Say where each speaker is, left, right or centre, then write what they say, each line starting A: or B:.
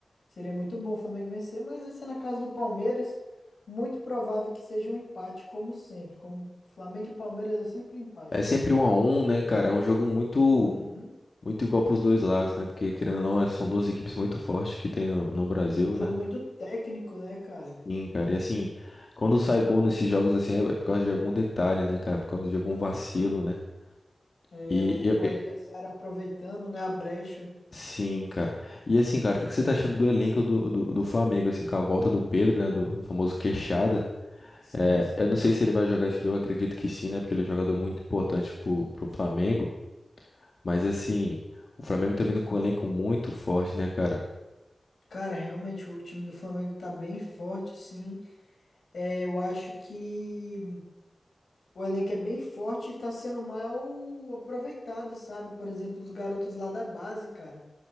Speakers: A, on the left (about 80°); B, on the left (about 55°).
A: Seria muito bom o Flamengo vencer, mas assim, na casa do Palmeiras, muito provável que seja um empate, como sempre. Como Flamengo e Palmeiras é sempre empate,
B: É
A: cara.
B: sempre um a um, né, cara? É um jogo muito.
A: Uhum.
B: Muito igual para os dois lados, né? Porque, querendo ou não, é- são duas equipes muito fortes que tem no, no Brasil,
A: Um jogo
B: né?
A: muito técnico, né, cara?
B: Sim, cara. E assim, quando sai gol nesses jogos, assim, é é por causa de algum detalhe, né, cara? Por causa de algum vacilo, né?
A: É,
B: E
A: o,
B: eu.
A: o adversário
B: e-
A: aproveitando, né, a brecha.
B: Sim, cara. E assim, cara, o que que você tá achando do elenco do, do, do Flamengo, assim, com a volta do Pedro, né? Do, do famoso Queixada.
A: Sim,
B: É,
A: sim.
B: eu não sei se ele vai jogar esse jogo, acredito que sim, né? Porque ele é um jogador muito importante pro, pro Flamengo. Mas assim, o Flamengo tá vindo com um elenco muito forte, né, cara?
A: Cara, realmente o time do Flamengo tá bem forte, sim. É, eu acho que o elenco é bem forte e tá sendo mal aproveitado, sabe? Por exemplo, os garotos lá da base, cara.